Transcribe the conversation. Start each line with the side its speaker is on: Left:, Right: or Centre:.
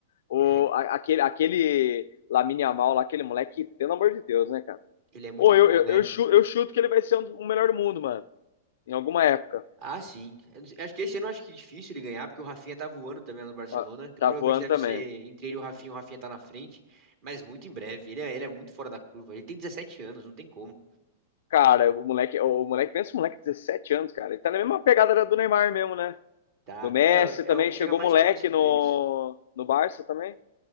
Left: o,
Right: É,
Left: a- aquele, aquele Lamine Yamal lá, aquele moleque, pelo amor de Deus, né, cara?
Right: ele é muito
Left: Ou eu,
Right: bom,
Left: eu,
Right: né?
Left: eu, chu- eu chuto que ele vai ser um- o melhor do mundo, mano. Em alguma época.
Right: Ah, sim. Eu não sei- Acho que esse ano eu acho que é difícil ele ganhar, porque o Rafinha tá voando também lá no Barcelona.
Left: Ó,
Right: Então,
Left: Tá
Right: provavelmente
Left: voando
Right: deve
Left: também.
Right: ser entre ele e o Rafinha, o Rafinha tá na frente, mas muito em breve. Ele é, ele é muito fora da curva. Ele tem 17 anos, não tem como.
Left: Cara, o moleque, o moleque, pensa um moleque de 17 anos, cara. Ele tá na mesma pegada da- do Neymar mesmo, né?
Right: Tá.
Left: Do Messi
Right: É,
Left: também,
Right: é o que
Left: chegou
Right: chega mais
Left: moleque
Right: próximo
Left: no,
Right: deles.
Left: no Barça também.